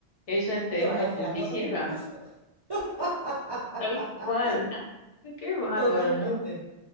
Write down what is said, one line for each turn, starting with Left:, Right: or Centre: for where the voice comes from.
Left: ella este,
Right: Te
Left: es una
Right: va a decir
Left: justiciera,
Right: a todo que no es justo. <laughs>
Left: tal cual, <laughs> qué bárbaro,
Right: Totalmente,
Left: ¿no?